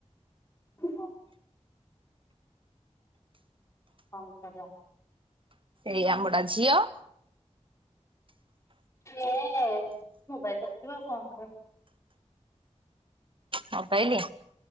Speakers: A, on the left (about 25°); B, on the right (about 45°).
A: ଓ। ଆଳୁ ଭଜା।
B: ଇଏ ଆମଟା ଝିଅ।
A: ଏସେ ମୋବାଇଲ ଦେଖୁଥିବ ଆଉ କଣ କରିବ?
B: ମୋବାଇଲି।